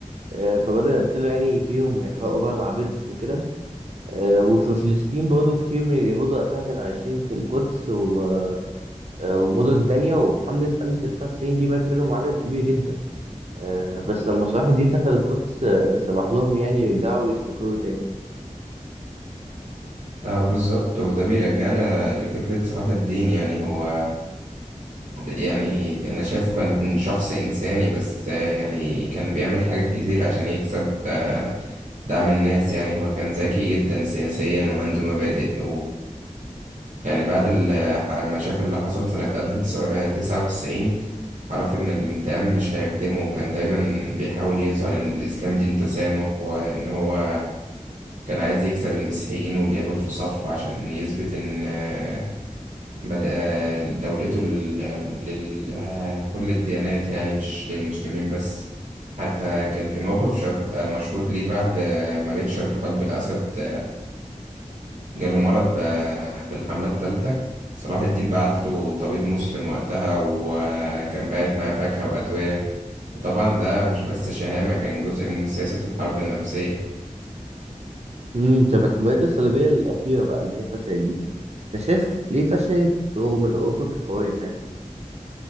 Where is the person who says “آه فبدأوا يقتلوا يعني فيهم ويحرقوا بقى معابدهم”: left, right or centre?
Right